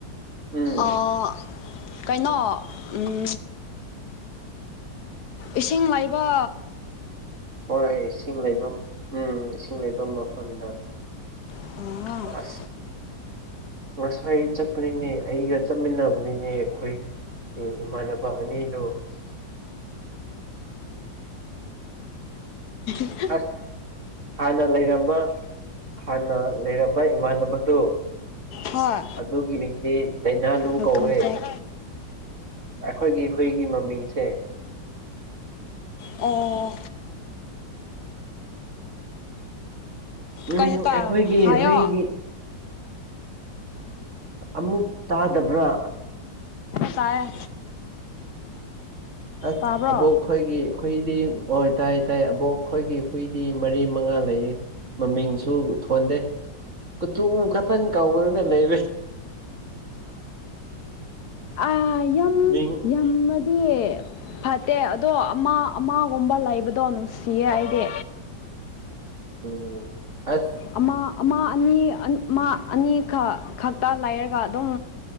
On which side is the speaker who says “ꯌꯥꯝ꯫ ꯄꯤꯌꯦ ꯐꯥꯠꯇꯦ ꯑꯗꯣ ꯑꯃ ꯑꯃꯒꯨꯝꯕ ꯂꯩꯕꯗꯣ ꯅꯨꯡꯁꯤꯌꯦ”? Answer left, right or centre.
Left